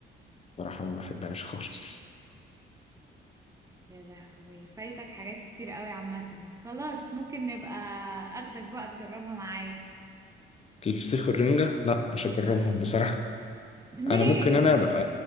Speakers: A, on the left (about 30°); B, on the right (about 15°).
A: بصراحة ما بحبهاش خالص
B: يا لهوي فايتك حاجات كتير قوي عامة خلاص ممكن نبقى اخدك بقى تجربها معايا
A: الفسيخ والرنجة لا مش هجربهم بصراحة
B: <laughs>
A: أنا
B: ليه
A: ممكن أنا أبقى